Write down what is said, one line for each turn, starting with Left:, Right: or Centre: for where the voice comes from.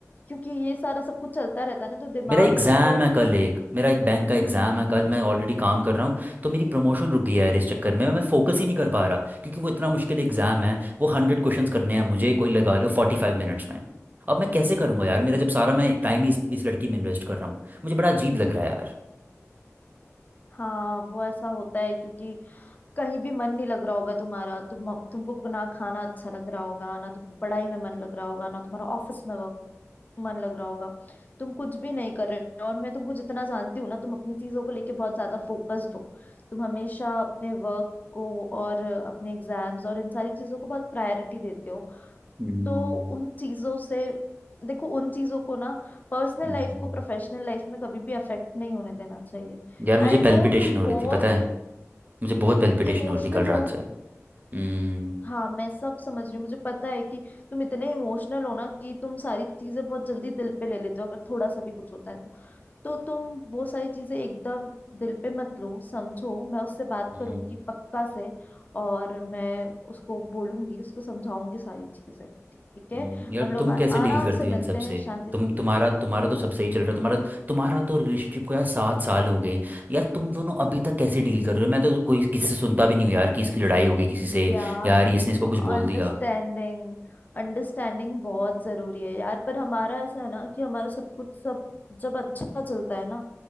Left: क्योंकि ये सारा सब कुछ चलता रहता है ना तो दिमाग
Right: मेरा एग्ज़ाम
Left: में फिर
Right: है कल एक मेरा एक बैंक का एग्ज़ाम
Left: हम्म
Right: है कल मैं ऑलरेडी काम कर रहा हूँ तो मेरी प्रमोशन रुक गई है यार इस चक्कर में मैं फोकस ही नहीं कर पा रहा क्योंकि वो इतना मुश्किल एग्ज़ाम है वो हंड्रेड क्वेश्चंस करने हैं मुझे कोई लगा लो फोर्टी फाइव मिनट्स में अब मैं कैसे करूँगा यार मेरा जब सारा मैं टाइम ही इस, इस लड़की में इन्वेस्ट कर रहा हूँ मुझे बड़ा अजीब लग रहा है यार
Left: हाँ वो ऐसा होता है क्योंकि कहीं भी मन नहीं लग रहा होगा तुम्हारा तुम तुमको ना खाना अच्छा लग रहा होगा ना तुमको पढ़ाई में मन लग रहा होगा ना तुम्हारा ऑफिस में मन लग रहा होगा तुम कुछ भी नहीं कर रहे हो और मैं तुमको जितना जानती हूँ ना तुम अपनी चीजों को लेके बहुत ज्यादा फोकस्ड हो तुम हमेशा अपने वर्क को और अपने एग्जाम्स और इन सारी चीजों को बहुत प्रायोरिटी देते हो
Right: हम्म
Left: तो उन चीजों से देखो उन चीजों को ना पर्सनल
Right: हम्म,
Left: लाइफ को प्रोफेशनल लाइफ में कभी भी अफेक्ट नहीं होने देना चाहिए
Right: यार मुझे
Left: आई नो
Right: पेल्पिटेशन
Left: तुम
Right: हो
Left: बहुत
Right: रही थी पता है मुझे बहुत पेल्पिटेशन
Left: इमोशनल
Right: हो रही थी कल रात
Left: हो
Right: से हम्म
Left: हाँ मैं सब समझ रही हूँ मुझे पता है कि तुम इतने इमोशनल हो ना कि तुम सारी चीजें बहुत जल्दी दिल पे ले लेते हो अगर थोड़ा सा भी कुछ होता है तो तो तुम वो सारी चीजें एकदम दिल पे मत लो समझो मैं उससे बात
Right: हम्म।
Left: करूंगी पक्का से और मैं उसको बोलूंगी उसको समझाऊंगी सारी चीजें ठीक है
Right: हम्म, यार
Left: हम लोग
Right: तुम
Left: आ,
Right: कैसे
Left: आराम
Right: डील करती
Left: से मिलते
Right: हो इन सब
Left: हैं
Right: से
Left: शांति
Right: तुम
Left: से
Right: तुम्हारा तुम्हारा तो सब सही चल रहा है तुम्हारा तुम्हारा तो रिलेशनशिप को यार सात साल हो गए यार तुम दोनों अभी तक कैसे डील कर रहे हो मैं तो कोई किसी से सुनता भी नहीं हूँ यार कि इसकी लड़ाई होगी किसी से
Left: यार
Right: यार इसने इसको कुछ बोल
Left: अंडरस्टैंडिंग
Right: दिया
Left: अंडरस्टैंडिंग बहुत जरूरी है यार पर हमारा ऐसा है ना कि हमारा सब कुछ सब जब अच्छा चलता है ना